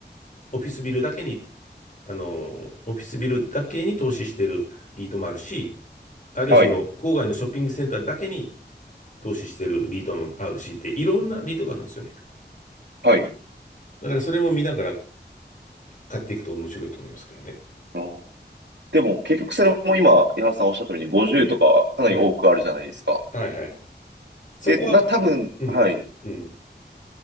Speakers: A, on the left; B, on the right.
A: オフィスビルだけに、あの、オフィスビルだけに投資してるリートもあるし、あるいはその、
B: はい、
A: 郊外のショッピングセンターだけに投資してるリートもあるしって、いろんなリートがあるんですよね。
B: はい。
A: だからそれも見ながら買っていくと面白いと思いますけどね。
B: あーでも、結局それも今、井原さんおっしゃったように50とかかなり多くあるじゃないですか。
A: はい。はいはい。そこは、
B: で、な、多分、
A: うん、
B: はい、
A: うん。